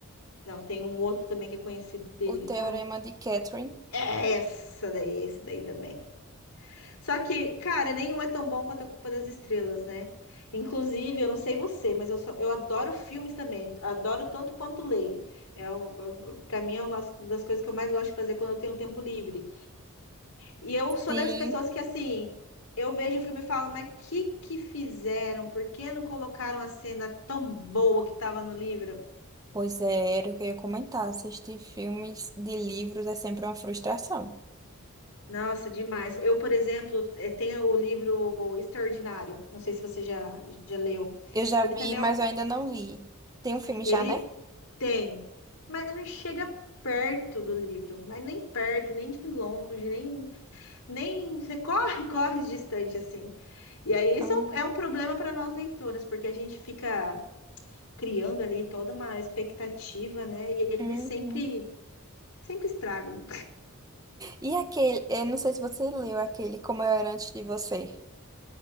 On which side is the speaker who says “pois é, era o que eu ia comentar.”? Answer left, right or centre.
Right